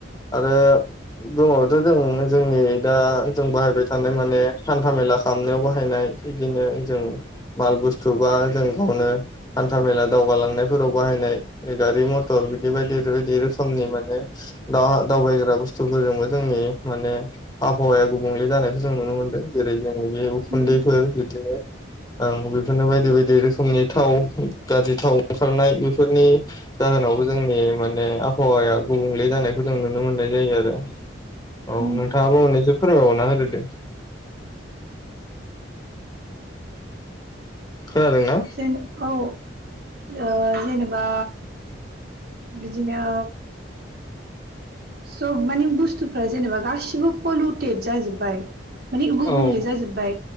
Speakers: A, on the left; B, on the right.
A: आरो गोमाबाथ' जों जोंनि दा जों बाहायबाय थानाय माने हान्था-मेला खालामनायाव बाहायनाय बिदिनो जों माल बुस्थु बा जों गावनो हान्था-मेला दावगालांनायफोराव बाहायनाय गारि-मथर बिदि बायदि बायदि बै समनि माने दा दावबायग्रा बसथुफोरजोंबो जोंनि माने आबहावाया गुबुं ले जानायखौ जों नुनो मोन्दों। जेरै जों बे उखुन्दैफोर
B: उम
A: बिदिनो आं बेफोरनो बायदि बायदि रोखोमनि थाव गाज्रि थाव ओंखारनाय बेफोरनि जाहोन नावबो जोंनि माने आबहावाया गुबुंले जानायखौ जों नुनो मोननाय जायो आरो। औ
B: उम
A: नोंथाङाबो मोननैसो फोरमबायबावना होदोदे खोनादोंना
B: जेन औ औ जेनेबा बिदिनो सब माने बुस्थुफ्रा जेनेबा गासिबो पलुटेद जाजोब्बाय मानि गुबुंले
A: औ
B: जाजोबबाय,